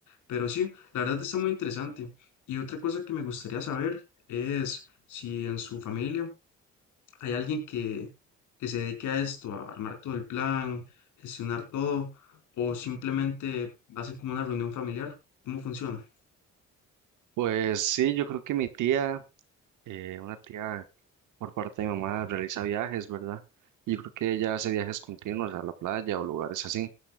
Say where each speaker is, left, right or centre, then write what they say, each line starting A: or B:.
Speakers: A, on the left; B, on the right.
A: Pero sí, la verdad está muy interesante. Y otra cosa que me gustaría saber es si en su familia hay alguien que, que se dedique a esto, a armar todo el plan, gestionar todo, o simplemente hacen como una reunión familiar. ¿Cómo funciona?
B: Pues sí, yo creo que mi tía, eh, una tía por parte de mi mamá realiza viajes, ¿verdad? Y Yo creo que ella hace viajes continuos a la playa o lugares así.